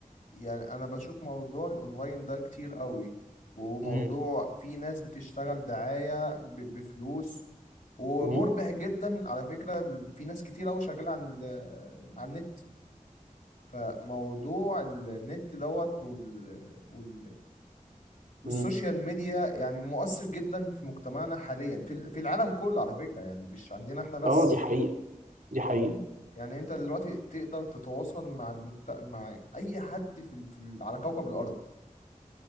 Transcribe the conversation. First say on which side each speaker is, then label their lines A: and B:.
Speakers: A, on the left; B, on the right.
A: يعني انا بشوف موضوع الاونلاين ده كتير قوي وموضوع
B: امم
A: في ناس بتشتغل دعاية ب- بفلوس ومربح
B: امم
A: جدا على فكرة ال- في ناس كتير قوي شغالة عن ال- عن النت فموضوع النت دوت وال... وال... والسوشيال
B: امم
A: ميديا يعني مؤثر جدا في مجتمعنا حاليا في ال- في العالم كله على فكرة يعني مش عندنا احنا بس
B: اه دي حقيقة دي حقيقة
A: إن- يعني انت دلوقتي تقدر تتواصل مع المجت... مع اي حد في ال... في ال... على كوكب الارض